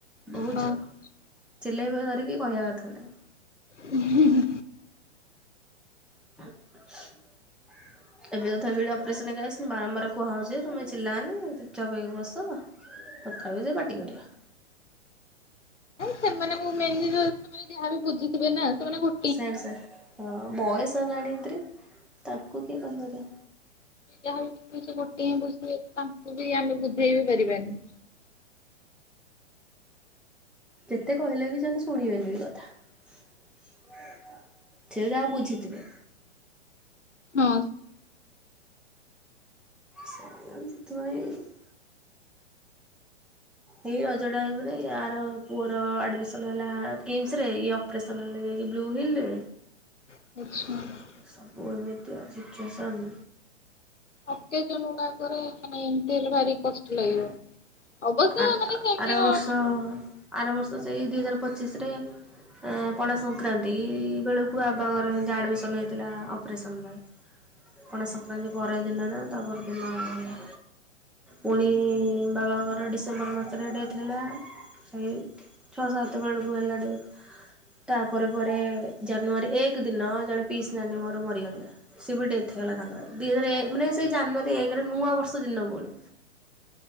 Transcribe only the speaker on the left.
ହଁ।
ହୁ ହୁ।
ସେମାନଙ୍କୁ ମେନ ଜିନିଷ ଯାହା ବି ବୁଝିଥିବେ ନା ସେମାନେ ଗୋ
ଯାହା ବି ସେ ଗୋଟିଏ ହିଁ ବୁଝିବେ ତାଙ୍କୁ ବି ଆମେ ବୁଝେଇ ବି ପାରିବାନି।
ହଁ।
<inaudible>
ଅକେଜନ ଗୁଡାକରେ ମାନେ ହେଲେ ଭାରି କଷ୍ଟ ଲାଗିବ
ଅବଶ୍ୟ
ମାନେ ସେମିତି
କଣ